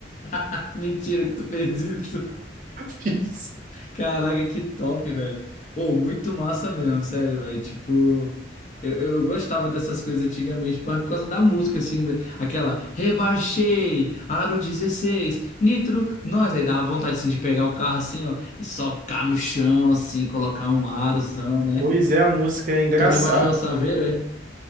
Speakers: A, on the left; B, on the right.
A: <laughs> Mentira que tu fez isso.
B: <laughs>
A: Caraca, que top, velho. Ô, muito massa mesmo, sério, velho. Tipo, eu, eu, eu gostava dessas coisas antigamente, mas por causa da música, assim, da- aquela rebaixei, aro 16, nitro, nós. Aí dava vontade, assim, de pegar o carro, assim, ó, e socar no chão, assim, colocar um arozão, né?
B: Pois é, a música é engraçada.
A: Tu rebaixou a Saveiro, é?